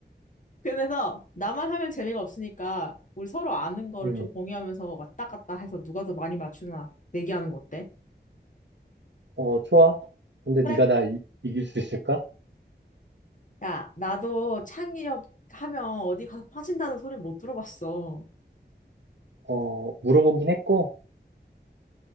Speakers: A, on the left; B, on the right.
A: 그래서 나만 하면 재미가 없으니까 우리 서로 아는 거를
B: 응,
A: 좀 공유하면서 왔다 갔다 해서 누가 더 많이 맞추나 내기하는 거 어때?
B: 어, 좋아. 근데
A: 그래?
B: 네가 나 이, 이길 수 있을까?
A: 야, 나도 창의력 하면 어디 가서 빠진다는 소리 못 들어봤어.
B: 어, 물어보긴 했고,